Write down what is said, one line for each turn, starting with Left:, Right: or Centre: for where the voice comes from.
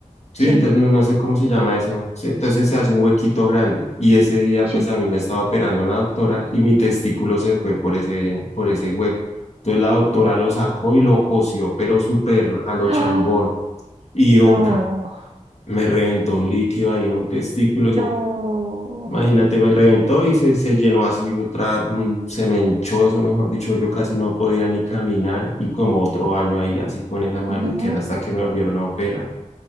Left: Sí,
Right: Sí,
Left: entonces no, no sé cómo se llama eso. Sí, entonces se hace un huequito grande y ese día
Right: sí.
Left: pues a mí me estaba operando la doctora y mi testículo se fue por ese, por ese hueco. Entonces la doctora lo sacó y lo cosió, pero súper a lo
Right: Ah,
Left: chambón. Y
Right: no,
Left: otra, me reventó un líquido ahí en un testículo,
Right: no,
Left: eso, imagínate, me reventó y se, se llenó así, otra, un- se me hinchó eso, mejor dicho, yo casi no podía ni caminar y como otro año ahí así con esa maluquera
Right: no.
Left: hasta que me volvieron a operar.